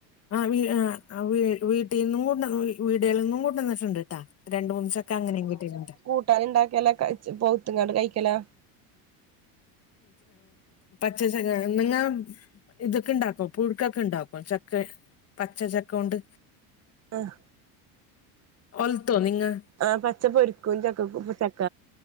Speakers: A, on the left; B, on the right.
A: ആഹ് വീ ആ ആ വീ വീട്ടീന്നും കൊണ്ടന്നു വീട്ൾന്നും കൊണ്ടന്ന്ണ്ട്ട്ടാ. രണ്ടു മൂന്നീസൊക്കെ അങ്ങനിം കിട്ടീട്ടുണ്ട്.
B: ട്ടറിണ്ടാകലാ ക ച് പൗത്ങ്ങാണ്ട് കഴിക്കലാ?
A: പച്ച ച്ചക്ക നിങ്ങ ഇതൊക്കെ ണ്ടാക്കും പുഴുക്കൊക്കെ ഇണ്ടാക്കും ചക്ക പച്ച ചക്കൊണ്ട്?
B: ആഹ്.
A: ഒൽതൊ നിങ്ങാ?
B: ആഹ് പച്ച പൊരിക്കും ചക്കക്കു ചക്ക